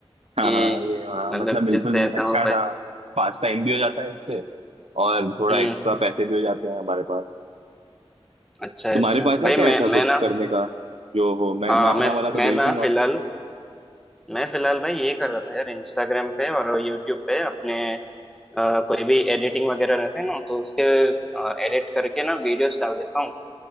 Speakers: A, on the right; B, in the centre.
A: हाँ
B: कि
A: हाँ ये हाँ
B: मतलब
A: मतलब बिल्कुल
B: जिससे ऐसा
A: अच्छा
B: हो पाए
A: सा पास टाइम भी हो जाता है इससे और थोड़ा
B: हम्म
A: एक्स्ट्रा पैसे भी हो जाते हैं हमारे पास
B: अच्छा
A: तुम्हारे
B: अच्छा
A: पास है
B: भाई
A: क्या
B: मैं
A: ऐसा
B: मैं
A: कुछ
B: ना
A: करने का जो हो मैं
B: हाँ
A: मैं
B: मैं
A: अपना वाला तो
B: मैं
A: भेज
B: ना
A: दूंगा
B: फिलहाल मैं फिलहाल भाई ये कर रहा था यार इंस्टाग्राम पे और यूट्यूब पे अपने अ, कोई भी एडिटिंग वगैरह रहते हैं ना तो उसके एडिट करके ना वीडियोस डाल देता हूँ